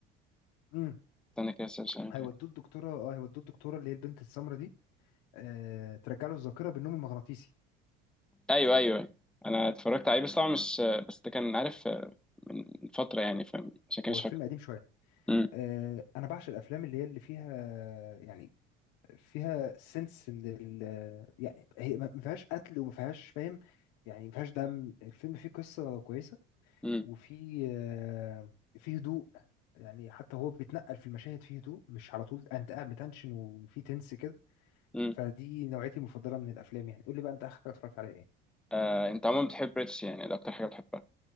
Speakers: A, on the left; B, in the centre.
A: امم
B: استنى كده سيرش ممكن
A: هيودوه لدكتوره اه هيودوه لدكتوره اللي هي البنت السمراء دي آه ترجع له الذاكره بالنوم المغناطيسي
B: ايوه ايوه انا اتفرجت عليه بس طبعا مش بس ده كان عارف آه، من فتره يعني فاهم عشان كده
A: هو
B: مش
A: الفيلم
B: فاكر
A: قديم شويه
B: امم
A: آه انا بعشق الافلام اللي هي اللي فيها يعني فيها سنس من ال يعني هي ما ما فيهاش قتل وما فيهاش فاهم يعني ما فيهاش دم الفيلم فيه قصة كويسة
B: امم
A: وفي آه، فيه هدوء يعني حتى هو بيتنقل في المشاهد فيه هدوء مش على طول انت قاعد بتنشن وفي تنس كده
B: امم
A: فدي نوعيتي المفضلة من الافلام يعني قول لي بقى انت اخر حاجة اتفرجت عليها ايه
B: آه انت عموما بتحب ريتش يعني ده اكتر حاجه بتحبها